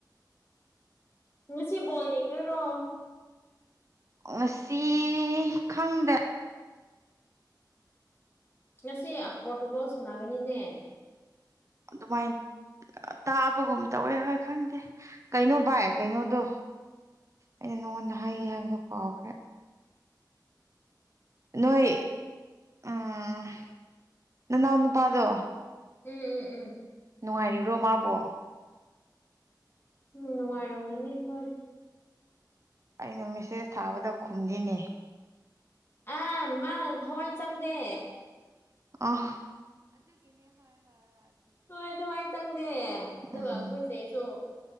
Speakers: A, on the left; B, on the right.
A: ꯉꯁꯤ ꯕꯣꯜ ꯌꯦꯡꯗꯣꯢꯔꯣ
B: ꯉꯁꯤ ꯈꯪꯗꯦ
A: ꯉꯁꯤ ꯄꯣꯔꯇꯨꯒꯜ ꯁꯥꯟꯅꯒꯅꯤꯅꯦ
B: ꯑꯗꯨꯃꯥꯏ ꯇꯥꯕꯒꯨꯝ ꯇꯧꯋꯦ ꯍꯣꯏ ꯈꯪꯗꯦ ꯀꯩꯅꯣ ꯚꯥꯏ ꯀꯩꯅꯣꯗꯣ ꯑꯩꯅ ꯅꯉꯣꯟꯗ ꯍꯥꯢꯒꯦ ꯍꯥꯏꯕꯗꯣ ꯀꯥꯎꯈ꯭ꯔꯦ ꯅꯣꯏ ꯎꯝ ꯅꯅꯥꯎꯅꯨꯄꯥꯗꯣ
A: ꯎꯝ ꯎꯝ ꯎꯝ
B: ꯅꯨꯡꯉꯥꯏꯔꯤꯕ꯭ꯔꯣ ꯃꯥꯕꯣ
A: ꯎꯝ ꯅꯨꯡꯉꯥꯏꯔꯝꯒꯅꯤ ꯍꯣꯏ
B: ꯑꯩꯅ ꯃꯦꯁꯦꯁ ꯊꯥꯕꯗ ꯈꯨꯝꯗꯦꯅꯦ
A: ꯑ ꯃꯥꯅ ꯊꯋꯥꯏ ꯆꯪꯗꯦ
B: ꯑꯣ
A: ꯍꯝꯍꯝ ꯍꯣꯏ ꯊꯋꯥꯏ ꯆꯪꯗꯦ ꯑꯗꯨꯒ
B: ꯎꯝ
A: ꯑꯩꯈꯣꯏ ꯆꯦꯁꯨ